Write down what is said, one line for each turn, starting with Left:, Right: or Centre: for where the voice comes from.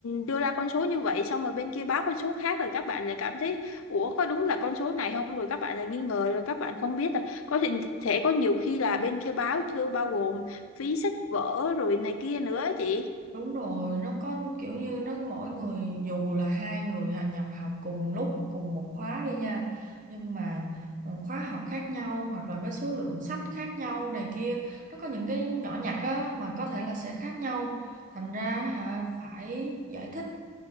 Left: đưa ra con số như vậy xong rồi bên kia báo con số khác rồi các bạn lại cảm thấy ủa có đúng là con số này không rồi các bạn lại nghi ngờ rồi các bạn không biết là có thể, thể có nhiều khi là bên kia báo chưa bao gồm phí sách vở rồi này kia nữa á chị
Right: Đúng rồi, nó có kiểu như nó mỗi người dù là hai người hành nhập học cùng lúc cùng một khóa đi nha nhưng mà ờ, khóa học khác nhau hoặc là cái số lượng sách khác nhau này kia nó có những cái nhỏ nhặt á mà có thể là sẽ khác nhau thành ra hả phải giải thích